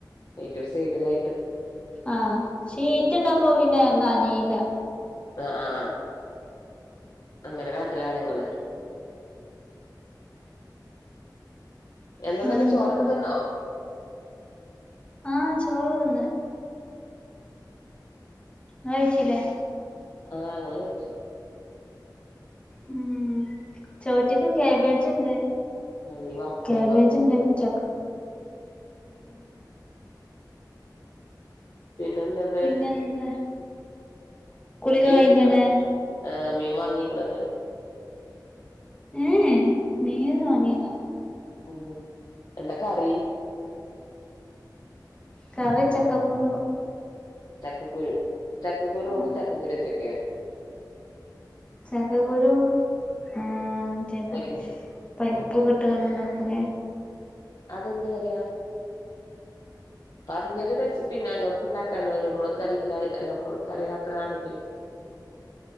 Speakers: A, on the left; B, on the left.
A: അതിന്റെ സൈഡിലാ
B: ആഹ് ഷീറ്റ്ണ്ടാവുമ്പോ പിന്നെ നനീ ന
A: ആഹ ആഹ അങ്ങനെ കാട്ടിലാണ് ഞങ്ങള് എന്താന്നിട്ട്
B: ആ എന്തൊക്കെ
A: ചോറൊക്കെ തിന്നോ
B: ആഹ ചോറക്കെ തിന്ന കഴിച്ചിലെ
A: ആഹ്ഞങ്ങങ്ങള് കഴിച്ചു
B: ഉം ചോറ്റ്ക്ക് കാബേജ ഇണ്ട്
A: അയ്‌വാ
B: കാബേജ
A: ഞങ്ങക്കും
B: ഉണ്ട് ഉച
A: പിന്നെ എന്തുള്ള
B: പിന്നെ എന്താ കുളിയൊക്കെ
A: മീൻ
B: കഴിഞ്ഞല്ലേ
A: ന്താ മീൻ വാങ്ങീക്ക്ണന്ന
B: ഏഎ മീനൊന്നും വങ്ങില്ല
A: ഉ എന്തക്കറി
B: കറി ചക്കക്കുരു
A: ചക്കക്കുരു, ചക്കക്കുരു
B: ആഹ്
A: ഒന്നും ചക്കക്കുരു വെച്ചക്കെ
B: ചക്കകുരുവും ആ ചെയ്ത്
A: മുരിങ്ങ
B: പരിപ്പൊ ട്ട്ണ്ടാക്കൂലേ
A: അതെന്ത്‌ കറിയ പറഞ്ഞൊരു റെസിപ്പി ഞങ്ങൾക്ക് ഉണ്ടാക്കല്ലോ ഞമ്മളൊക്ക അറിയില്ല നമ്മൾ കറിയാത്തതാണെങ്കി